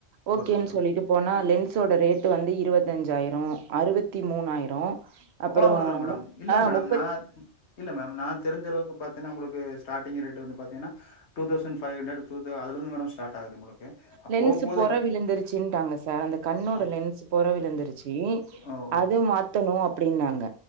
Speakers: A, on the right (about 75°); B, on the left (about 85°).
A: ஓகேன்னு
B: ஓகே மேடம்
A: சொல்லிட்டு ஆனா லென்ஸோட ரேட்டு வந்து இருபத்தஞ்சாயிரம் அறுபத்தி மூணாயிரம் அப்புறம்
B: அவ்வளோ வருதா மேடம் இல்ல
A: ஆ
B: மேடம்
A: முப்பத்தி
B: நா இல்ல மேம் நா தெரிஞ்ச அளவுக்கு பாத்திங்கன்னா உங்களுக்கு ஸ்டாட்டிங் ரேட் வந்து பாத்தீங்கன்னா டூ தௌசன் ஃபவ் ஹண்ட்ரட் டூத்து அதுலந்து மேடம் ஸ்டாட் ஆகுது உங்களுக்கு அப்போ
A: லென்ஸ்
B: போக போக
A: பொற
B: இங்க-
A: விழுந்திருச்சுட்டாங்க சார் அந்த கண்ணோட
B: அப்-
A: லென்ஸ் பொற விழுந்துருச்சு இனி
B: ஓ ஓ
A: அது மாத்தணும் அப்படின்னாங்க